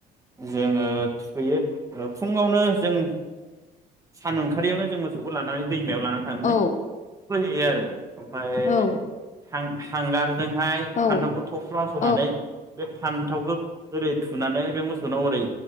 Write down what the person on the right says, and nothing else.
जोङो थुखैयो फुङावनो जों सान ओंखारारियावनो जों मोसौखौ लानानै दैमायाव लाना थांनानै
दुगै हैयो आरो ओमफाय
हां-हांगारजोंहाय
फान्थावखौ थबस्र' हास'नानै
बे फान्थावखौ ओरै थुनानै बे मोस सुनाव ओरै